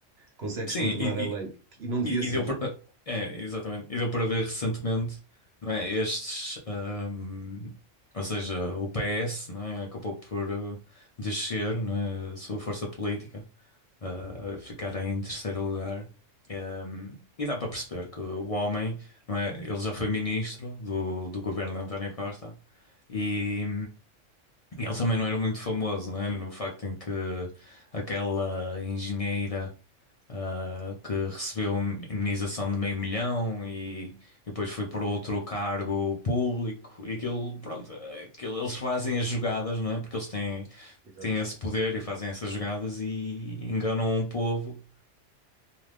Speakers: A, on the right; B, on the left.
A: consegues
B: Sim,
A: contornar
B: e,
A: a lei.
B: e,
A: E não devia
B: e-
A: ser.
B: e deu para, eh, é, exatamente, e deu para ver recentemente, não é? Estes, ahm, ou seja, o PS, não é? Acabou por eh, descer, não é? A sua força política, ah, a ficar em terceiro lugar. Ahm, e dá para perceber que o homem, não é? Ele já foi ministro do, do governo de António Costa e, e ele também não era muito famoso, não é? No facto em que aquela engenheira ah, que recebeu indenização de meio milhão e depois foi por outro cargo público e aquilo, pronto, eh, aquilo, eles fazem as jogadas, não é? Porque eles têm,
A: Exato.
B: têm esse poder e fazem essas jogadas e enganam o povo.